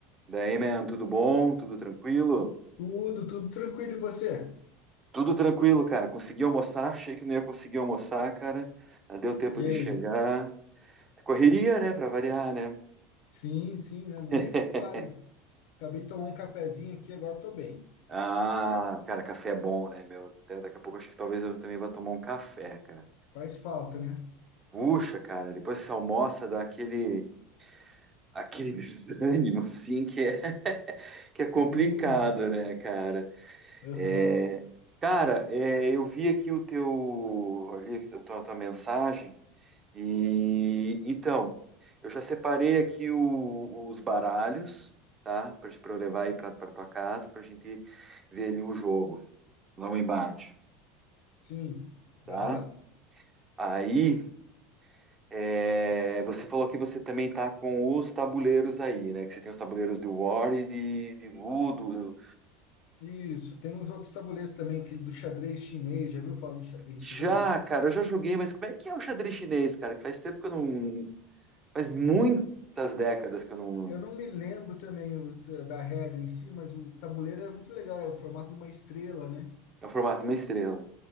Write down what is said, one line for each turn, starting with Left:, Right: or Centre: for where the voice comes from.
Right: Daí, man, tudo bom? Tudo tranquilo?
Left: Tudo, tudo tranquilo, e você?
Right: Tudo tranquilo, cara. Consegui almoçar, achei que não ia conseguir almoçar, cara. Não deu tempo
Left: E
Right: de
Left: aí?
Right: chegar. Correria, né, pra variar, né?
Left: Sim, sim, né?
Right: <laughs>
Left: Nem me fale. Acabei de tomar um cafezinho aqui, agora tô bem.
Right: Ah, cara, café é bom, né, meu? Até daqui a pouco acho que talvez eu também vá tomar um café, cara.
Left: Faz falta, né?
Right: Puxa, cara, depois que você almoça dá aquele, aquele <laughs> desânimo, assim, que é, <laughs> que é complicado,
Left: Sim.
Right: né, cara?
Left: Aham.
Right: É, cara, é, eu vi aqui o teu, ali, a tua, tua mensagem e então eu já separei aqui o- os baralhos, tá? Para eu levar aí para tua casa para a gente ver ali o jogo lá o embate,
Left: Sim.
Right: tá?
Left: Aham.
Right: Aí é, você falou que você também tá com os tabuleiros aí, né? Que você tem os tabuleiros de War e de, de Ludo.
Left: Isso. Tem uns outros tabuleiros também, aquele do xadrez chinês. Já viu falando do xadrez
Right: Já,
Left: chinês?
Right: cara, eu já joguei, mas como é que é o xadrez chinês, cara? Que faz tempo que eu não Faz muitas décadas que eu não.
Left: Eu não me lembro também os, eh, da regra em si, mas o tabuleiro era muito legal, é o formato de uma estrela, né?
Right: É o formato de uma estrela.